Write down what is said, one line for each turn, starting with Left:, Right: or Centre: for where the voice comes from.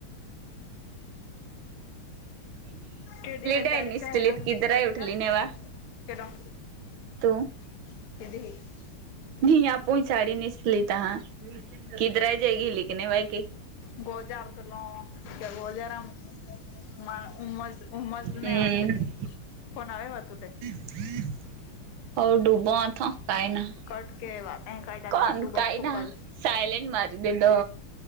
Left: केडी आहे
Right: डानि
Left: तारीख
Right: <unintelligible>
Left: आहे का वीस तारीख का
Right: <unintelligible>
Left: केडो
Right: तो.
Left: <inaudible>
Right: नाही. आपो साडी निसलीता ह किधर आ जायग लिखणे बायक.
Left: <unintelligible> <unintelligible>
Right: हम्म <unintelligible>
Left: <unintelligible>
Right: कोन काय ना सायलेंट मारी देतो.